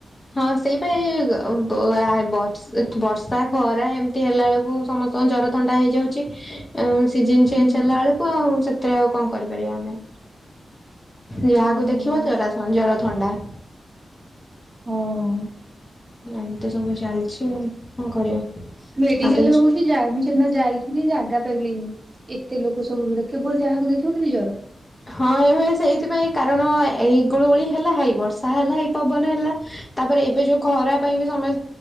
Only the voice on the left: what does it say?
ହଁ ସେଇପାଇ ଗ ବ ଆ ବ ଏଠି ବର୍ଷା ଖରା ଏମିତି ହେଲା ବେଳକୁ ସମସ୍ତଙ୍କ ଜର ଥଣ୍ଡା ହେଇଯାଉଛି। ଏଁ ସିଜିନ
ଚେଞ୍ଜ ହେଲାବେଳକୁ ଆଉ ସେଥିରେ ଆଉ କଣ କରିପାରିବା ଆମେ। ଯାହାକୁ
ଦେଖିବ ଜରା ଥ ଜର ଥଣ୍ଡା।
ଏମିତି ସବୁ ଚାଲିଛି କଣ କରିବା।
ଆଉ ତ କିଛି
ହଁ ଏ ହୁଏ ସେଇଥିପାଇଁ କାରଣ ଏଇ ଗୁଳୁଗୁଳି ହେଲା ହେଇ ବର୍ଷା ହେଲା ହେଇ ପବନ ହେଲା। ତାପରେ ଏବେ ଯୋଉ ଖରାପ ପାଇଁ ବି ସମୟ